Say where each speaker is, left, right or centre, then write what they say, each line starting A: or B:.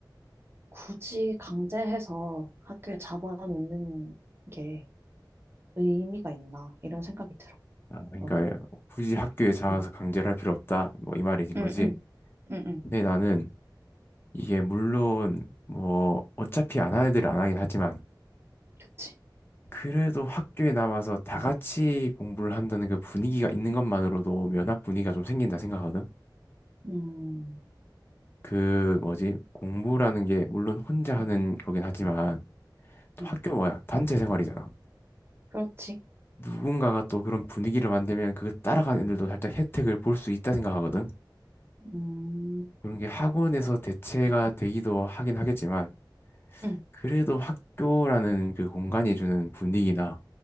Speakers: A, on the right; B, on the left.
A: 굳이 강제해서 학교에 잡아놓는 게 의미가 있나 이런 생각이 들어.
B: 아, 그러니까
A: 너는?
B: 굳이 학교에 잡아서
A: 응,
B: 강제를 할 필요 없다 뭐 이 말이된
A: 응,
B: 거지.
A: 응, 응, 응.
B: 근데 나는 이게 물론 뭐 어차피 안 하는 애들은 안 하긴 하지만
A: 그치.
B: 그래도 학교에 남아서 다 같이 공부를 한다는 그 분위기가 있는 것만으로도 면학 분위기가 좀 생긴다 생각하거든.
A: 음,
B: 그 뭐지? 공부라는 게 물론 혼자 하는 거긴 하지만 또
A: 응,
B: 학교 뭐야? 단체 생활이잖아.
A: 그렇지.
B: 누군가가 또 그런 분위기를 만들면 그 따라가는 애들도 살짝 혜택을 볼 수 있다 생각하거든.
A: 음,
B: 그런 게 학원에서 대체가 되기도 하긴 하겠지만
A: 응,
B: 그래도 학교라는 그 공간이 주는 분위기나